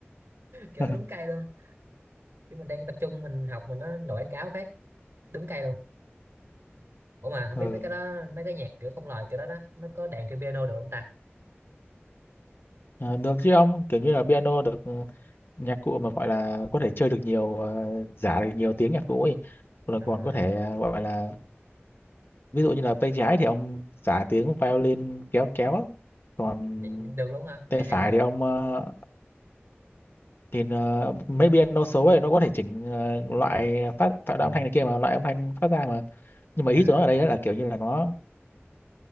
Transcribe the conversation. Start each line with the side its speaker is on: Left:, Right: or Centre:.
Right: kiểu
Left: <laughs>
Right: đúng cây luôn kiểu mình đang tập trung mình học mà nó nổi quảng cáo phát đúng cây luôn ủa mà không
Left: ừ.
Right: biết mấy cái đó mấy cái nhạc kiểu không lời kiểu đó đó nó có đàn trên piano được không ta
Left: Ờ, được chứ ông kiểu như là piano được ừ, nhạc cụ mà gọi là có thể chơi được nhiều ờ, giả được nhiều tiếng nhạc cụ ấy rồi
Right: à,
Left: còn có thể ờ, gọi là ví dụ như là tay trái thì ông giả tiếng violin kéo kéo còn
Right: vậy- vậy được luôn hả nghe
Left: tay
Right: hay
Left: phải
Right: vậy
Left: thì ông ờ, thì uh, maybe nó số ấy nó có thể chỉnh ờ, loại phát tạo
Right: Ờ,
Left: ra âm thanh này kia mà loại âm thanh phát ra mà nhưng mà ý
Right: à
Left: tôi nói ở đây là kiểu như là nó